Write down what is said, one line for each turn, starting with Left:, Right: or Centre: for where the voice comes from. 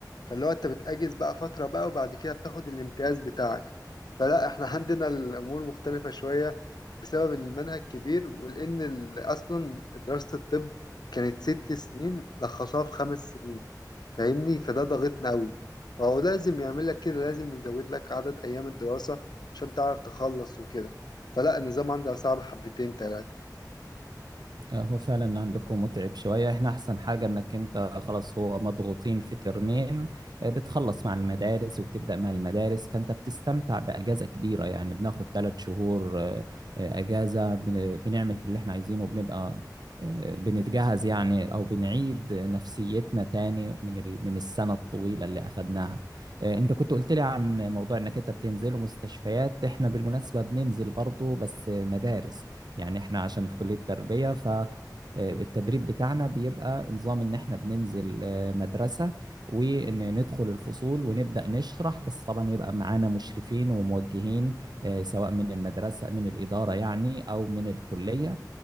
Left: فاللي هو انت بتأجز بقى فترة بقى وبعد كده بتاخد الامتياز بتاعك فلا احنا عندنا الامور مختلفة شوية بسبب المنهج كبير ولأن ال- أصلا دراسة الطب كانت ست سنين لخصوها في خمس سنين فاهمني فده ضغطنا أوي فهو لازم يعمل لك كده لازم يزود لك عدد أيام الدراسة عشان تعرف تخلص وكده فلا النظام عندها صعب حبتين تلاتة
Right: آه، هو فعلا عندكم متعب شوية احنا احسن حاجة انك انت خلاص هو مضغوطين في ترمين آه، بتخلص مع المدارس وبتبدأ مع المدارس فانت بتستمتع بأجازة كبيرة يعني بناخد ثلاث شهور آه، آه، أجازة بن- بنعمل اللي احنا عايزينه وبنبقى آه، بنتجهز يعني او بنعيد نفسيتنا تاني من ال- من السنة الطويلة اللي اخدناها آه، انت كنت قلت لي عن موضوع انك انت بتنزل مستشفيات احنا بالمناسبة بننزل برضو بس مدارس يعني احنا عشان في كلية تربية فالتدريب بتاعنا بيبقى نظام ان احنا بننزل آه، مدرسة وان ندخل الفصول ونبدأ نشرح بس طبعا يبقى معانا مشرفين وموجهين آه، سواء من المدرسة من الإدارة يعني أو من الكلية